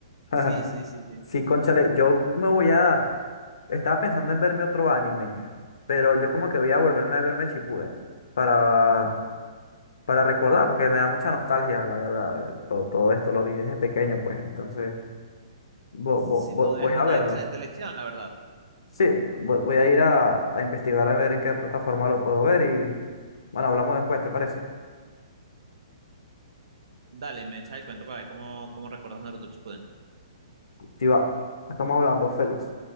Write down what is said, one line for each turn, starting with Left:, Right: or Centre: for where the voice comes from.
Left: <laughs>
Right: Sí, sí, sí, sí.
Left: Sí, cónchale, yo me voy a... Estaba pensando en verme otro anime, pero yo como que voy a volverme a verme Shippuden para, para recordar, porque me da mucha nostalgia, la verdad. eh, Todo, todo esto lo vi desde pequeño, pues, entonces vo-
Right: Sin
Left: vo- vo-
Right: duda
Left: voy
Right: es una
Left: a verlo.
Right: excelente elección, la verdad.
Left: Sí, voy voy a ir a, a investigar a ver en qué plataforma lo puedo ver y bueno, hablamos después, ¿te parece?
Right: Dale, me echa el cuento para ver cómo, cómo recuerdas Naruto Shippuden.
Left: Sí, va. Estamos hablando, Félix.